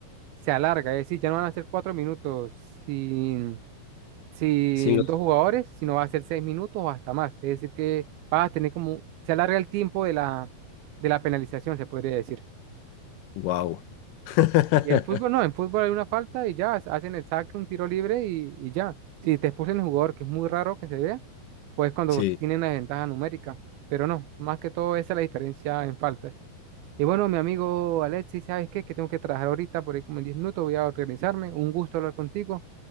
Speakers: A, on the right; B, on the left.
A: se alarga, es decir, ya no van a ser cuatro minutos sin sin
B: sin los...
A: dos jugadores, sino va a ser seis minutos o hasta más. Es decir, que va a tener como, se alarga el tiempo de la, de la penalización, se podría decir.
B: Wow. <laughs>
A: Y en fútbol no, en fútbol hay una falta y ya ha- hacen el saque, un tiro libre y, y ya. Si te expulsan el jugador, que es muy raro que se vea, pues cuando
B: Sí,
A: tienen la ventaja numérica. Pero no, más que todo esa es la diferencia en faltas. Y bueno, mi amigo Alexis, ¿sabes qué? Que tengo que trabajar ahorita, por ahí como en 10 minutos voy a organizarme. Un gusto hablar contigo.